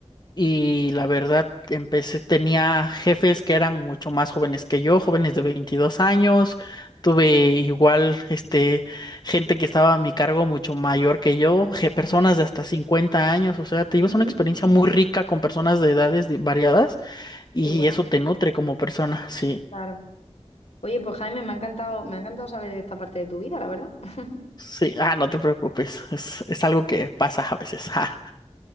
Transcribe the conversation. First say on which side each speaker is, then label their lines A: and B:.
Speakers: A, on the left; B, on the left.
A: y la verdad, empecé, tenía jefes que eran mucho más jóvenes que yo, jóvenes de 22 años. Tuve igual, este, gente que estaba a mi cargo mucho mayor que yo, je- personas
B: Ajá.
A: de hasta 50 años. O sea, te llevas
B: ujú.
A: una experiencia muy rica con personas de edades di- variadas y
B: Qué bueno,
A: eso te nutre como persona. Sí,
B: claro. Oye, pues Jaime, me ha encantado, me ha encantado saber esta parte de tu vida, la verdad. <laughs>
A: sí. Ah, no te preocupes. Es, es algo que pasa a veces. <laughs> Ah.